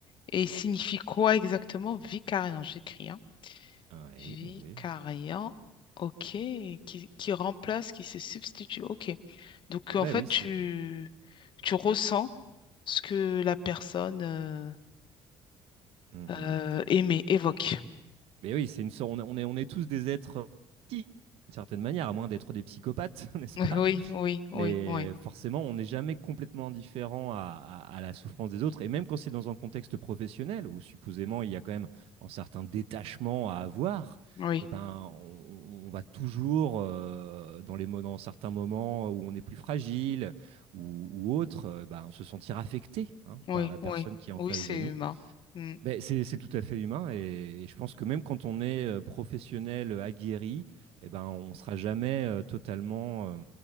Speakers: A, on the left; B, on the right.
A: et il signifie quoi exactement vicariant? J'écris, hein.
B: Ah Oui,
A: Vicariant,
B: oui, oui.
A: ok, qui, qui remplace, qui se substitue, ok. Donc en
B: Bah
A: fait,
B: oui, c'est.
A: tu, tu ressens ce que la personne euh,
B: Mhm.
A: euh, aimée évoque. <laughs>
B: Mais oui, c'est une sorte. On, est, on est on est tous des êtres euh, d'une certaine manière, à moins d'être des psychopathes, <laughs> n'est-ce
A: Oui,
B: pas?
A: oui, oui,
B: Mais
A: oui,
B: forcément, on n'est jamais complètement indifférent à, à- à la souffrance des autres. Et même quand c'est dans un contexte professionnel, où supposément il y a quand même un certain détachement à avoir,
A: oui.
B: eh ben, on, on va toujours, euh, dans les, mo- dans certains moments où on est plus fragile ou, ou autre, euh, ben, se sentir affecté hein,
A: Oui,
B: par la personne
A: oui,
B: qui est en
A: oui,
B: face
A: c'est
B: de nous.
A: humain. Mm.
B: Ben, c'est, c'est tout à fait humain et, et je pense que même quand on est euh, professionnel euh, aguerri, eh ben, on ne sera jamais euh, totalement euh,